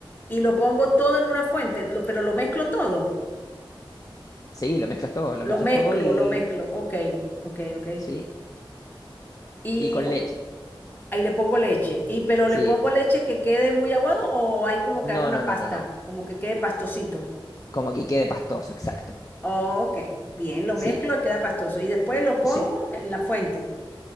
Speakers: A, on the left (about 20°); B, on the left (about 40°).
A: y lo pongo todo en una fuente, lo- pero lo mezclo todo.
B: sí, lo mezclas todo, lo
A: Lo
B: mezclas
A: mezclo,
B: todo y...
A: lo mezclo. Ok, ok, ok.
B: Sí,
A: Y
B: y con
A: o-
B: leche,
A: ahí le pongo leche. Y pero
B: sí.
A: le pongo leche que quede muy aguado o hay como
B: No,
A: que haga una
B: no,
A: pasta,
B: no, no, no.
A: como que quede pastosito.
B: Como que quede pastoso, exacto.
A: ok, bien, lo
B: Sí,
A: mezclo y queda pastoso. Y después lo pongo
B: sí.
A: en la fuente.